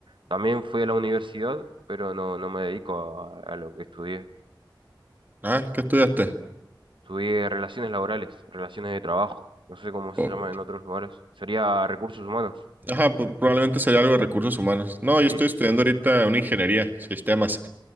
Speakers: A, on the right; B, on the right.
A: También fui a la universidad, pero no, no me dedico a, a lo que estudié.
B: Ah, ¿qué estudiaste?
A: Estudié relaciones laborales, relaciones de trabajo. No sé cómo se
B: Oh.
A: llama en otros lugares. Sería recursos humanos.
B: Ajá, pues probablemente sería algo de recursos humanos. No,
A: Sí.
B: yo estoy
A: sí.
B: estudiando ahorita una ingeniería, sistemas.